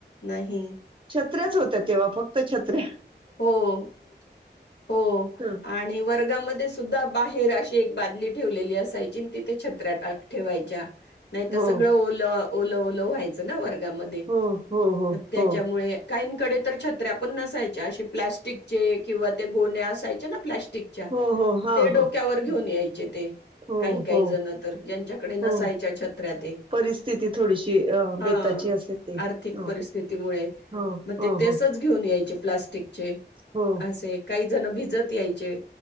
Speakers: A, on the left; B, on the right.
A: नाही
B: छत्र्याच होत्या तेव्हा फक्त त्त छत्रे
A: हो हो
B: हं.
A: आणि वर्गामध्ये सुद्धा बाहेर अशी एक बादली ठेवलेली असायची आणि तिथे छत्र टा ठेवायच्या नाही तर
B: हो,
A: सगळं ओलं ओलं ओलं व्हायच ना व वर्गामध्ये
B: हो, हो, हो,
A: त्याच्यामुळे
B: हो,
A: का <inaudible> तर छत्र्या पण नसायच्या अस प्लॅटिकचे किंवा त्या गोण्या् असायच्या ना प्लास्टिक ते
B: हो, हो, हां,
A: डोक्यावर
B: हां.
A: घेऊन
B: हां.
A: यायचे ते
B: हो,
A: काही काही
B: हो.
A: जण तर ज्यांच्याकडे नसायच्या
B: हो
A: छत्र्याते
B: परिस्थिती थोडीशी अ
A: ह
B: बेताची असेल ती.
A: आर्थिक
B: हो
A: परिस्थितीमुळे
B: हो
A: मग
B: हो
A: ते
B: हो
A: तसंच घेऊन यायचे प्लास्टिक चेे
B: हो
A: असे काही काही जण भिजत यायचे